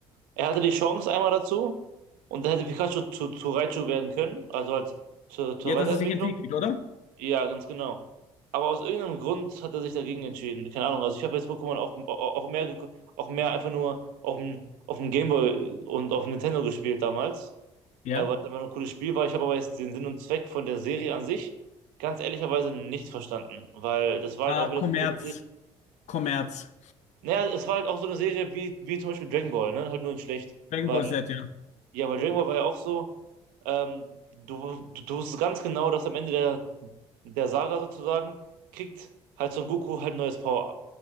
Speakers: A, on the right; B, on the left.
A: er hatte die Chance einmal dazu. Und dann hätte Pikachu zu, zu Raichu werden können, also halt zur, zur
B: Ja,
A: Weiterentwicklung.
B: dass er sich entwickelt, oder?
A: Ja, ganz genau. Aber aus irgendeinem Grund hat er sich dagegen entschieden. Keine Ahnung. Also ich habe jetzt Pokémon auch, auch mehr gegu- auch mehr einfach nur auf dem, auf dem Gameboy und auf dem Nintendo gespielt damals,
B: Ja.
A: äh, weil es einfach nur ein cooles Spiel war. Ich habe aber jetzt den Sinn und Zweck von der Serie an sich ganz ehrlicherweise nicht verstanden, weil das war
B: Äh,
A: halt auch wieder
B: Kommerz.
A: so so eine Serie.
B: Kommerz.
A: Naja, es war halt auch so eine Serie wie, wie zum Beispiel Dragon Ball, ne? Halt nur in schlecht.
B: Dragon
A: Weil,
B: Ball Z, ja.
A: ja, weil Dragon Ball war ja auch so. Ähm, du, du, du wusstest ganz genau, dass am Ende der, der Saga sozusagen kriegt halt Son Goku halt ein neues Power-Up.